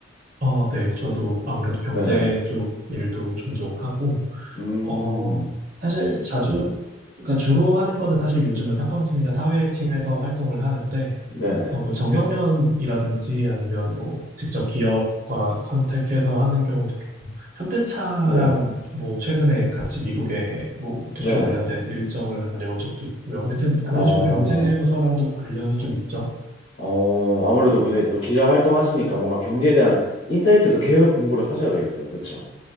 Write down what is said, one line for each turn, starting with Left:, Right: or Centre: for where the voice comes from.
Right: 어, 네, 저도 아무래도 경제
Left: 네네.
Right: 쪽 일도 종종 하고
Left: 음,
Right: 어, 사실 자주, 그러니까 주로 하는 거는 사실 요즘은 사건팀이나 사회팀에서 활동을 하는데,
Left: 네네.
Right: 어, 뭐 정경련이라든지 아니면 뭐 직접 기업과 컨택해서 하는 경우도 있고, 현대차랑
Left: 네,
Right: 뭐 최근에 같이 미국에 뭐 도쇼
Left: 네네.
Right: 관련된 일정을 다녀온 적도 있고요. 뭐 하여튼 그런
Left: 어,
Right: 식으로 경제부서랑도 관련이 좀 있죠.
Left: 어, 아무래도 근데 또 기자 활동하시니까 뭔가 경제에 대한 인사이트도 계속 공부를 하셔야 되겠어요. 그쵸?